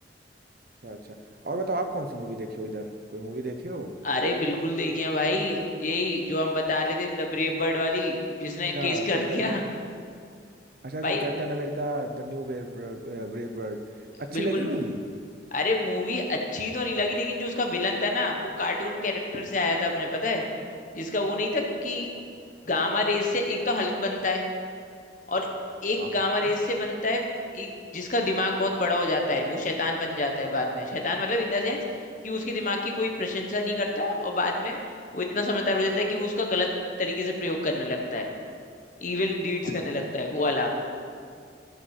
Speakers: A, on the right (about 55°); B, on the left (about 45°).
A: अच्छा और बताओ आप कौन सी मूवी देखे हो इधर कोई मूवी देखे हो
B: अरे बिल्कुल देखिए हैं भाई यही जो हम बता रहे थे द ब्रेव वर्ल्ड वाली जिसने केस
A: अच्छा
B: कर
A: कैप्टन
B: दिया
A: अमेरिका अच्छा अच्छा
B: भाई
A: captain America The new brave bird अच्छी
B: बिल्कुल
A: लगी मूवी
B: अरे मूवी अच्छी तो नहीं लगी लेकिन जो उसका विलन था ना वो कार्टून कैरेक्टर से आया था अपने पता है जिसका वो नहीं था कि गामा रेस से एक तो हल्क बनता है और एक
A: हाँ
B: गामा
A: हाँ हाँ
B: रेस से बनता है एक जिसका दिमाग बहुत बड़ा हो जाता है वो शैतान बन जाता है बाद में शैतान मतलब इन द सेंस कि उसके दिमाग की कोई प्रशंसा नहीं करता और बाद में वो इतना समझदार हो जाता है कि वो उसका गलत तरीके से प्रयोग करने लगता है इविल डीड्स
A: हाँ
B: करने लगता
A: हाँ।
B: है वो वाला